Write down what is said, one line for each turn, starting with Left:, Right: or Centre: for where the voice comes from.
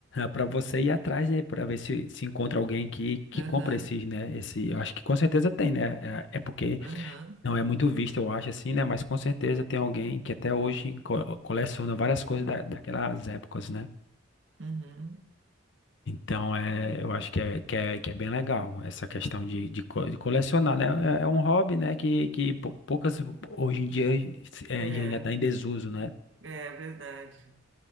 Left: pra você ir atrás, né? Pra ver se, se encontra alguém que, que
Right: aham,
Left: compra esses, né? Esse, eu acho que com certeza tem, né? É, é porque.
Right: aham,
Left: Não é muito visto, eu acho, assim, né? Mas com certeza tem alguém que até hoje co- coleciona várias coisas da- daquelas épocas, né?
Right: uhum.
Left: Então, é, eu acho que é, que é, que é bem legal essa questão de, de, co- de colecionar, né? É, é um hobby, né? Que, que pou- poucas hoje em dia é,
Right: É,
Left: já está em desuso, né?
Right: é verdade.